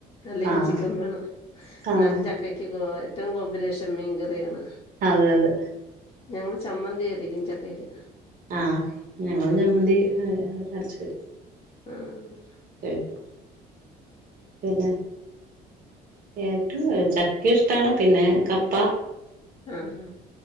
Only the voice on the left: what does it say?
അല്ലെങ്കി
ചിക്കൻ വേണം
എന്നാലും ചക്കക്ക് കോ ഏറ്റോം കോമ്പിനേഷൻ മീൻകറിയാണ്
ഞങ്ങള് ചമ്മന്തിയരക്കും ചക്കയ്ക്ക്
മ്മ്
ആ ഹാ